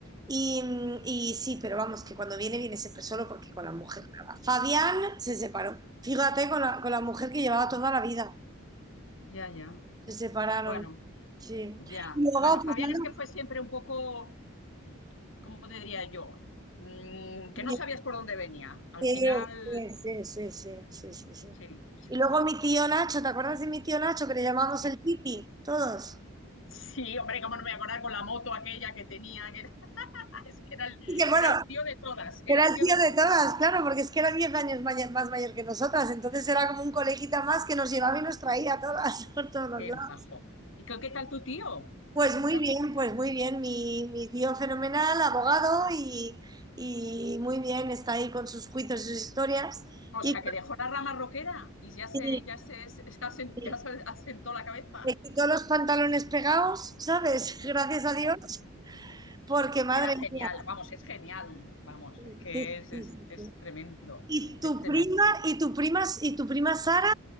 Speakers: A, on the right (about 20°); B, on the left (about 70°).
A: Y, mm, y sí, pero vamos, que cuando viene, viene siempre solo porque con la mujer nada. Fabián se separó. Fíjate, con la, con la mujer que llevaba toda la vida.
B: Ya, ya.
A: Se separaron,
B: Bueno.
A: sí.
B: Ya,
A: Y luego,
B: bueno, Fabián
A: pues nada,
B: es que fue siempre un poco, mm, ¿cómo te diría yo? Mm, que
A: mi-
B: no sabías por dónde venía. Al
A: sí,
B: final,
A: sí, sí, sí, sí, sí, sí.
B: sí, sí,
A: Y luego
B: sí.
A: mi tío Nacho, ¿te acuerdas de mi tío Nacho que le llamamos
B: Sí,
A: el Titi? Todos.
B: sí, hombre, cómo no me voy a acordar con la moto aquella que tenía, que era, <laughs> es que era el,
A: Y que bueno,
B: era el tío de todas, era
A: Era
B: el
A: el
B: tío
A: tío
B: de todas.
A: de todas, claro, porque es que era 10 años maya- más mayor que nosotras, entonces era como un coleguita más que nos llevaba y nos traía a todas <laughs> por todos los
B: Qué
A: lados.
B: majo. ¿Y qué, qué tal tu tío?
A: Pues
B: ¿Te cuenta?
A: muy bien, pues muy bien, mi, mi tío fenomenal, abogado y, y muy bien, está ahí con sus juicios y sus historias
B: O
A: y,
B: sea, que dejó la rama roquera y ya se,
A: y-
B: ya se, se asen-
A: y
B: ya se asentó la cabeza.
A: me quitó los pantalones pegados, ¿sabes? <laughs> Gracias a Dios,
B: Gracias.
A: porque madre
B: Era genial,
A: mía.
B: vamos, es genial, vamos,
A: sí,
B: es que
A: sí,
B: es,
A: sí,
B: es, es
A: sí.
B: tremendo,
A: Y tu
B: es tremendo.
A: prima, y tu prima, y tu prima Sara,